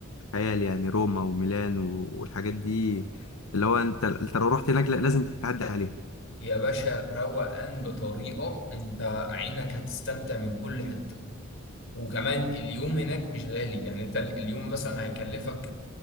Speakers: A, on the left (about 80°); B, on the left (about 60°).
A: خيال يعني روما وميلان و- والحاجات دي اللي هو انت انت لو رحت هناك لا لازم تعدي عليهم
B: يا باشا روقان بطريقة انت عينك هتستمتع من كل حتة وكمان اليوم هناك مش غالي يعني انت ال- اليوم مثلا هيكلفك